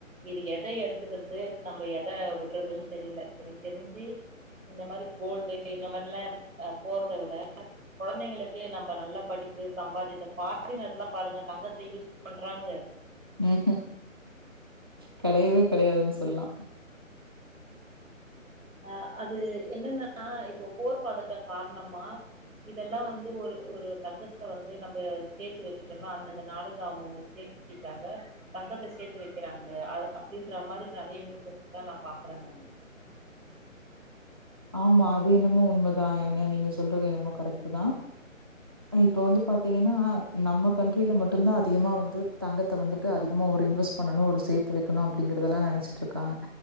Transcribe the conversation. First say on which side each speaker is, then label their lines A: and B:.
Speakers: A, on the right; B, on the right.
A: இது எத எடுத்துக்கறது நம்ம எத விட்றதுன்னு தெரில எனக்கு தெருஞ்சு இந்த மாரி கோல்டு இந்த மாதிரிலா அ போறத விட கொழந்தைங்களுக்கு நம்ப நல்ல படிப்பு சம்பாதியத்த பார்டினர்ல்லா பாருங்க தங்கத்த யூஸ் பண்றாங்க
B: ம்ஹூ கெடையவே கெடையாதுன் சொல்லா
A: அ அது என்னனா இப்போ போர் பதட்டோ காரணமா இதல்லா வந்து ஒரு ஒரு தங்கத்த வந்து நம்ப சேத்து வச்சுட்டம்னா அந்தந்த நாடுக அவங்கவுங்க சேஃப் பிதாக தங்கத்த சேத்து வைக்கிறாங்க அ அப்டின்ற மாதிரி நெறைய நியூசஸ் தா நா பாக்குறே நானு
B: ஆமா அது என்னமோ உண்மதா என்ன நீங்க சொல்றது என்னமோ கரெக்ட்டு தா இப்ப வந்து பாத் பாத்தீங்கன்னா நம்ம கண்ட்ரில மட்டுந்தா அதிகமா வந்து தங்கத்த வந்துட்டு அதிகமா ஒரு இன்வஸ்ட் பண்ணணு ஒரு சேத்து வைக்கணு அப்டிங்கறதல்லா நெனச்சுட்ருக்காங்க